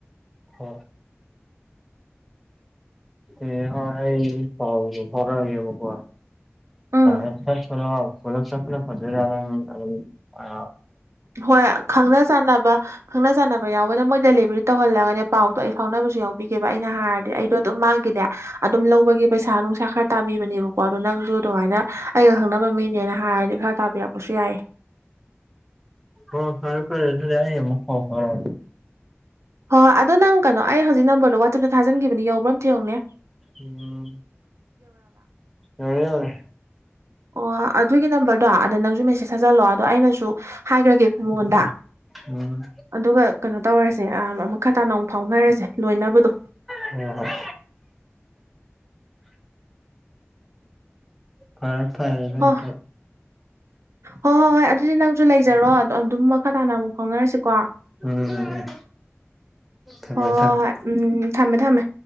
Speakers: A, in the centre; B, on the right (about 80°).
A: ꯍ ꯑꯦ ꯍ ꯃꯤ ꯄꯋꯥꯣ ꯐꯔ ꯍꯕꯣ ꯀꯣꯔ
B: ꯎꯝ
A: ꯎ ꯆꯂ ꯄꯨꯂꯆꯖ ꯑ
B: ꯍꯣꯏ ꯈꯪꯅ ꯆꯥꯟꯅꯕ ꯈꯪꯅ ꯆꯥꯟꯅꯕ ꯌꯥꯎꯕꯅ ꯃꯣꯏ ꯗꯦꯂꯤꯚꯔꯤ ꯇꯧꯍꯜꯂꯒ ꯄꯥꯎꯗꯣ ꯑꯩ ꯐꯥꯎꯅꯕꯁꯨ ꯌꯥꯎꯕꯤꯈꯤꯕꯕ ꯑꯩꯅ ꯍꯥꯏꯔꯗꯤ ꯑꯩꯗꯣ ꯑꯗꯨꯝ ꯃꯥꯡꯈꯤꯅꯦ ꯑꯗꯨꯝ ꯂꯧꯕꯒꯤ ꯄꯩꯁꯥ ꯅꯨꯡꯁꯥ ꯈꯔ ꯇꯥꯕꯤꯕꯅꯦꯕꯀꯣ ꯑꯣ ꯅꯪꯁꯨ ꯑꯗꯨꯃꯥꯏꯅ ꯑꯩꯒ ꯈꯪꯅꯕ ꯃꯤꯅꯦꯅ ꯍꯥꯏꯔꯗꯤ ꯈꯔ ꯇꯥꯕꯤꯔꯛꯄꯁꯨ ꯌꯥꯏꯌꯦ
A: ꯎ ꯍ ꯐꯔꯦ ꯐꯔ ꯑꯗꯨꯖꯗꯤ ꯑꯏꯌꯦ ꯃ ꯐꯔ
B: ꯍꯣ ꯑꯗꯣ ꯅꯪ ꯀꯩꯅꯣ ꯑꯩ ꯍꯧꯖꯤꯛ ꯅꯝꯕꯔꯗꯣ ꯋꯥꯆꯦꯞꯇ ꯊꯥꯖꯤꯟꯈꯤꯕꯅꯦ ꯌꯎꯧꯕ꯭ꯔꯣꯝꯇ ꯌꯧꯅꯦ
A: ꯎꯝ ꯍ ꯌꯅꯦ
B: ꯑꯣ ꯑꯗꯨꯒꯤ ꯅꯝꯕꯔꯗꯣ ꯑꯗ ꯅꯪꯁꯨ ꯃꯦꯁꯦꯖ ꯊꯆꯜꯂꯣ ꯑꯗꯣ ꯑꯩꯅꯁꯨ ꯍꯥꯏꯈ꯭ꯔꯒꯦ ꯐꯨꯡꯉꯣꯟꯗ
A: ꯎꯝ
B: ꯑꯗꯨꯒ ꯀꯩꯅꯣ ꯇꯧꯔꯁꯦ ꯑ ꯑꯃ ꯈꯇꯥ ꯅꯅꯨꯡ ꯐꯥꯎꯅꯔꯁꯦ ꯂꯣꯏꯅꯕꯗꯣ
A: ꯍꯣꯏ ꯍꯣꯏ ꯍꯔ ꯐꯔꯇ
B: ꯍꯣꯏ ꯍꯣꯏ ꯍꯣꯏ ꯍꯣꯏ ꯍꯣꯏ ꯑꯗꯨꯗꯤ ꯅꯪꯁꯨ ꯂꯩꯖꯔꯣ ꯑꯗꯣ ꯑꯗꯨꯝ ꯃꯈꯥ ꯇꯥꯅ ꯑꯃꯨꯛ ꯐꯥꯎꯅꯔꯁꯤꯀꯣ
A: ꯎꯝ ꯎꯝ ꯎꯝ ꯊꯝꯃꯦ
B: ꯍꯣꯏ
A: ꯊꯝꯃꯦ
B: ꯍꯣꯏ ꯎꯝ ꯊꯝꯃꯦ ꯊꯝꯃꯦ